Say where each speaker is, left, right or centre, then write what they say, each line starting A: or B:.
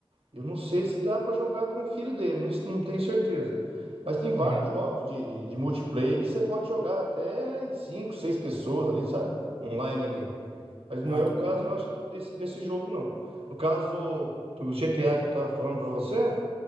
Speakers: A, on the right; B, on the right.
A: Eu não sei se dá pra jogar com o filho dele. Não, não tenho certeza. Mas tem vários
B: uhum.
A: jogos de, de, de multiplayer que você pode jogar até em 5, 6 pessoas ali, sabe? Online ali. Mas
B: Ah,
A: não é
B: que
A: o caso,
B: da hora,
A: eu
B: cara.
A: acho, do- desse, desse jogo, não. No caso do GTA que eu tava falando pra você.